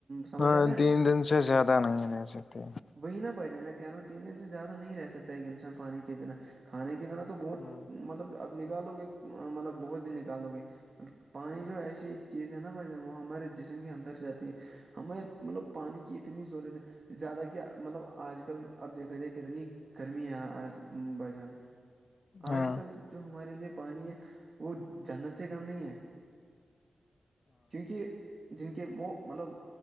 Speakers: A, on the right; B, on the left.
A: سمجھ
B: ہاں
A: آ رہا
B: تین
A: ہے
B: دن سے زیادہ نہیں رہ سکتے
A: وہی نہ بھجن میں کہہ رہا ہوں تین دن سے زیادہ نہیں رہ سکتا ایک انسان پانی کے بنا کھانے کے بنا تو بہت
B: ہاں
A: مطلب اب نکالو گے مطلب بہت دن نکالو گے پانی جو ایسی چیز ہے نا بھائی جان وہ ہمارے جسم کے اندر جاتی ہے ہمیں مطلب پانی کی اتنی ضرورت ہے زیادہ کہ مطلب آج کل اب دیکھا جائے کتنی گرمی بجن
B: ہاں
A: آج کل جو ہمارے لیے پانی ہے وہ جنت سے کم نہیں ہے کیونکہ جن کے وہ مطلب